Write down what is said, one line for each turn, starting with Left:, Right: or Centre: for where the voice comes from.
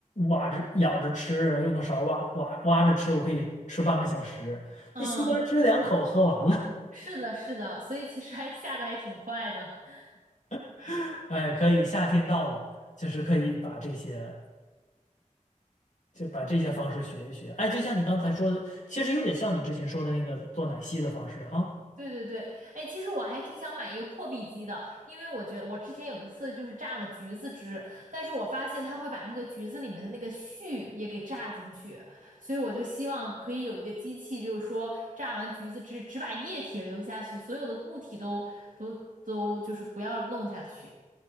Left: 挖着咬着吃，用个勺挖挖挖着吃，我可以吃半个小时。
Right: 嗯。
Left: 那西瓜汁两口喝完了，
Right: 是的，是的，所以其实还下的还挺快的。<laughs>
Left: <laughs> 哎，可以，夏天到了，就是可以把这些。就把这些方式学一学。哎，就像你刚才说的，其实有点像你之前说的那个做奶昔的方式哈。
Right: 对对对，哎，其实我还挺想买一个破壁机的，因为我觉得我之前有一次就是榨了橘子汁，但是我发现它会把那个橘子里面的那个絮也给榨进去，所以我就希望可以有一个机器，就是说榨完橘子汁只把液体留下去，所有的固体都都都就是不要弄下去。